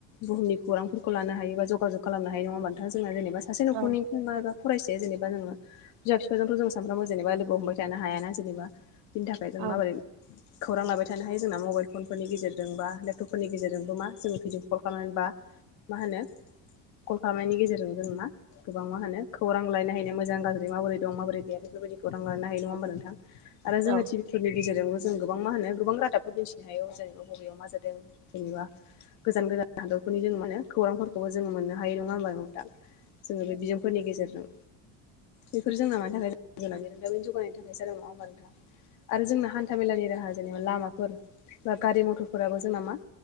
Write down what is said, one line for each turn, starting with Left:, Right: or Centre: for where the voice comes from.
Left: बुहुमनि खौरांफोरखौ लानो हायो बा जगाजग खालामनो हायो नङा होमबा नोंथां जों जेनेबा नखरनिफ्राय
Right: औ
Left: मा एबा फरायसा जेनेबा जोङो बिमा बिफाजोंथ' जों सानफ्रामबो जेनेबा लोगो हमबाय थानो हायाा जेनेबा बिनि थाखाय जों
Right: औ
Left: माबोरै खौरां लाबाय थानो हायो जोंना मबाइल फनफोरनि गेजेरजों बा लेपटपफोरनि गेजेरजोंबो मा जोङो भिडिअ कल खालामनानै बा मा होनो कल खालामनायनि गेजेरजों जों मा गोबां मा होनो खौरां रांलायनो हायो मोज गाज्रि मोरैं मोरै बेफोरबायदिखौ रलायनो हायो नङा होमबा नोंथां
Right: औ
Left: जोङो टि बि फोरनि गेजेरजोंबो जों गोबां मा होनो गोबां रादाबफोर मिथिनो हायो जेनेबा बबेयाव मा जादों जेनेबा गोजान गोजान हादरफोरनि जों माने खौरांफोरखौबो जोङो मोननो हाय नङा होनोमबा नोंथां? जोङो बे बिजोंफोरनि गेजेरजों बेफोर जोंना मानि थाखाय बे नोंथाबिनि जौगानाय थाखाय जादों नङा होमबा नोंथां? आरो जोंना हान्था मेलानि राहा जेनेबा लामाफोर बा गारि मथरफोराबो जोंना मा